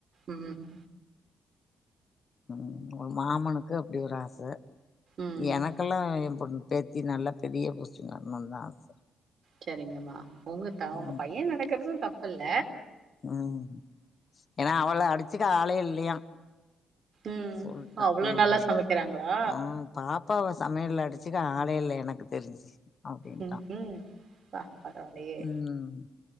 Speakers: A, on the right; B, on the left.
A: ம்
B: ம் உ மாமனுக்கு அப்டி ஒரு ஆச
A: ம்
B: எனக்கெல்லா எம்பொண் பேத்தி நல்லா பெரிய போஸ்டிங் வர்ணுந்தா ஆச
A: செரிங்கம்மா உங்க த உங்க
B: ம்
A: பைய நெனைக்கற்து தப்பில்ல
B: ம் ஏனா அவள அடிச்சுக்க ஆளே இல்லியா
A: ம்
B: சொல்ட்டா
A: ஓ! அவ்ளோ
B: ஏ
A: நல்லா
B: மவ
A: சமைக்கிறாங்களா
B: பாப்பாவ சமையல்ல அடிச்சுக்க ஆளே இல்ல எனக்கு தெரிஞ்சி அப்டின்ட்டா
A: ம் ம் பா பரவாயில்லையே
B: ம்